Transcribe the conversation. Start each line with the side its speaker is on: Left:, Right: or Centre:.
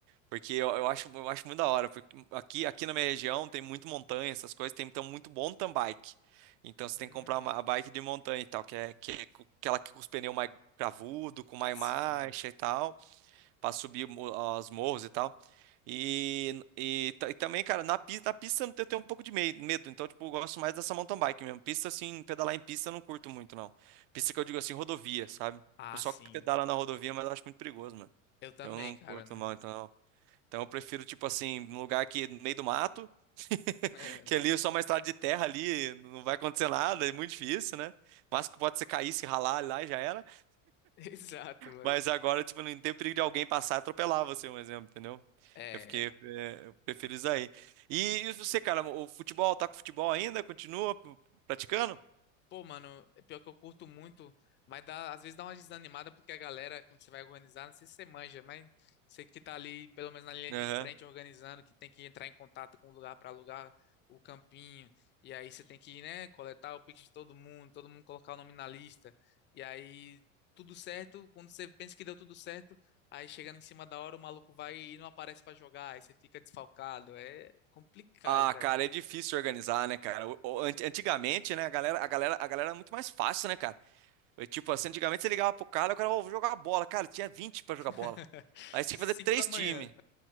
Right: Porque eu, eu acho, eu acho muito da hora, porque aqui, aqui na minha região tem muito montanha, essas coisas, tem então muito mountain bike. Então você
Left: Hum,
Right: tem que comprar uma a bike de montanha e tal, que é, que é cu- aquela que com os pneus mais cravudo, com mais
Left: sim.
Right: marcha e tal para subir mo- as morros e tal. E, e, ta- e também, cara, na pista, na pista eu tenho um pouco de mei- medo, então, tipo, eu gosto mais dessa mountain bike mesmo. Pista, assim, pedalar em pista eu não curto muito, não. Pista que eu digo assim, rodovia, sabe? O
Left: Ah,
Right: pessoal
Left: sim.
Right: que pedala na rodovia, mas eu acho muito perigoso, mano.
Left: Eu também,
Right: Eu não
Left: cara.
Right: curto,
Left: Não.
Right: não, então.
Left: <laughs>
Right: Então eu prefiro, tipo assim, um lugar que no meio do mato, <laughs>
Left: É,
Right: que ali é só uma estrada de terra ali, não vai acontecer nada, é muito difícil, né? Mas que pode ser cair, se ralar lá e já era.
Left: Exato, mano.
Right: Mas agora, tipo, não tem perigo de alguém passar e atropelar você, um exemplo, entendeu?
Left: É.
Right: Eu fiquei, é, eu prefiro isso aí. E, e você, cara, o futebol, tá com futebol ainda? Continua p- praticando?
Left: Pô, mano, é pior que eu curto muito, mas dá, às vezes dá uma desanimada porque a galera, quando você vai organizar, não sei se você manja, mas você que tá ali, pelo menos na linha
Right: Aham.
Left: de frente, organizando, que tem que entrar em contato com o lugar para alugar o campinho, e aí você tem que, né, coletar o pix de todo mundo, todo mundo colocar o nome na lista, e aí tudo certo, quando você pensa que deu tudo certo, aí chegando em cima da hora, o maluco vai e não aparece para jogar, aí você fica desfalcado, é complicado,
Right: Ah,
Left: cara.
Right: cara, é difícil organizar, né, cara? O- o- ant- Antigamente, né, a galera, a galera, a galera era muito mais fácil, né, cara? É tipo assim, antigamente você ligava pro cara, o cara, ô, vou jogar bola. Cara, tinha 20 pra jogar
Left: <laughs>
Right: bola. Aí você tinha
Left: Cinco
Right: que fazer três
Left: da manhã.
Right: times.